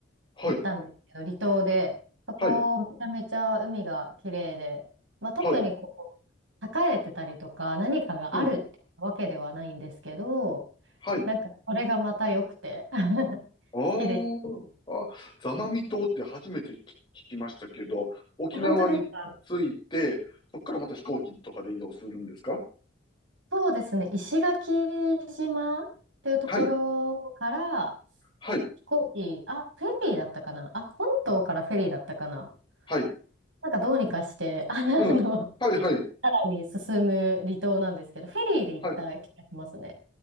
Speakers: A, on the left (about 25°); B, on the right (about 80°).
A: はい。
B: 行ったんですけど、離島で、そこめちゃめちゃ海が綺麗で、
A: はい。
B: まあ、特にこ
A: はい。
B: う栄えてたりとか何かがあるってわけではないんですけど、
A: うん。はい。
B: なんかそれがまた良くて <laughs> 好
A: あ
B: きでし
A: あ、あ、座間味島って初めて聞聞きましたけど、
B: た。
A: 沖縄に着いて、
B: え、本当ですか
A: そこからまた飛行機とかで移動するんですか
B: そうですね、石垣島っていうところから
A: はい。はい。
B: 飛行機、あ、フェリーだったかなあ、本島からフェリーだったかな
A: はい。
B: なんかどうにかして、あの、
A: うん。
B: あの
A: はいはい。
B: さらに進む離島なんですけど、フェリーで行った気がしますね。
A: はい。